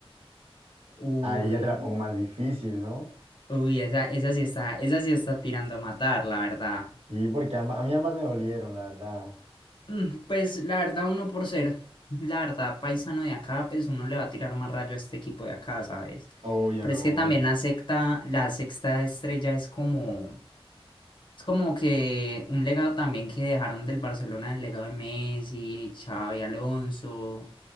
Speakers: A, on the left (about 50°); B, on the right (about 75°).
A: uy,
B: Ahí ya te la pongo más difícil, ¿no?
A: uy, esa, esa sí está, esa sí está tirando a matar, la verdad.
B: Sí, porque amba- a mí ambas me dolieron, la verdad.
A: Mm, Pues la verdad, uno por ser, la verdad, paisano de acá, pues uno le va a tirar más rayo a este equipo de acá, ¿sabes?
B: Obvio,
A: Pero
B: no,
A: es que también
B: obvio.
A: la secta, la sexta estrella es como, es como que un legado también que dejaron del Barcelona, el legado de Messi, Xavi Alonso,